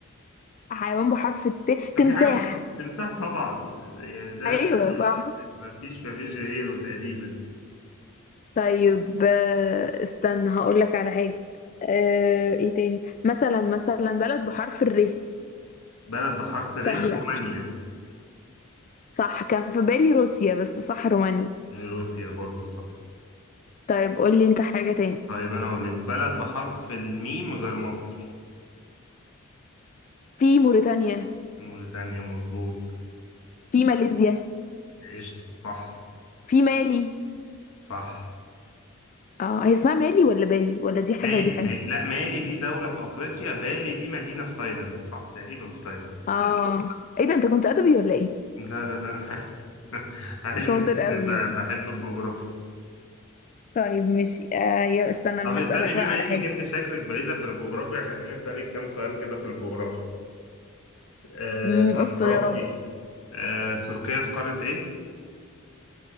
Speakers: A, on the left; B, on the left.
A: حيوان بحرف الت تمساح
B: في حاجة م- تمساح طبعا يعني ده
A: ايوه
B: ده
A: صح
B: ما فيش ما فيش غيره تقريبا
A: طيب آه، استنى هقول لك على حاجة آه، ايه تاني مثلا مثلا بلد بحرف الر
B: بلد بحرف
A: سهلة
B: ر رومانيا
A: صح كان في بالي روسيا بس صح رومانيا
B: روسيا برضو صح
A: طيب قول لي انت حاجة تاني
B: طيب أنا أقول لك بلد بحرف الميم غير مصر
A: في موريتانيا
B: موريتانيا مظبوط
A: في ماليزيا
B: قشطة صح
A: في مالي
B: صح
A: اه هي اسمها مالي ولا بالي ولا دي حاجة
B: مالي
A: ودي حاجة
B: ما... لا مالي دي دولة في أفريقيا بالي دي مدينة في تايلاند صح تقريبا في تايلاند
A: اه ايه ده انت كنت ادبي ولا ايه
B: لا لا لا <laughs> علمي
A: شاطر
B: بس
A: قوي
B: ب-
A: يعني
B: بحب الجغرافيا
A: طيب ماشي آه يا استنى انا
B: طب استني
A: هسألك
B: بما
A: بقى على
B: انك
A: حاجة
B: انت شكلك بليدة في الجغرافيا خليني اسالك كام سؤال كده في الجغرافيا أه
A: امم استر
B: تعرفي
A: يا رب
B: أه تركيا في قارة ايه؟